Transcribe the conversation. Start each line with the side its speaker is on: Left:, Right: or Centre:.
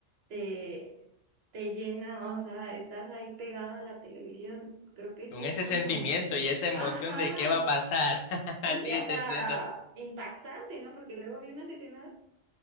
Right: te, te llena, o sea, estás ahí pegada a la televisión. Creo que sí
Left: Con ese
Right: fue una.
Left: sentimiento y esa emoción
Right: Ajá.
Left: de qué va a pasar. <laughs> Así
Right: Sí, y hasta
Left: te entiendo.
Right: impactante, ¿no? Porque luego había unas escenas